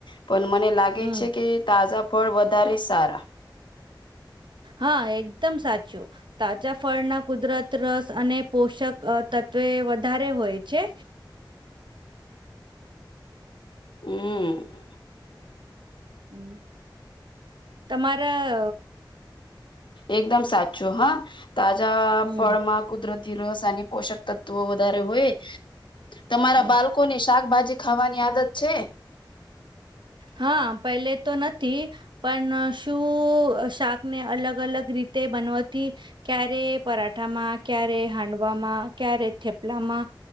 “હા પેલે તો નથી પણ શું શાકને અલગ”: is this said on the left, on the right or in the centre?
Right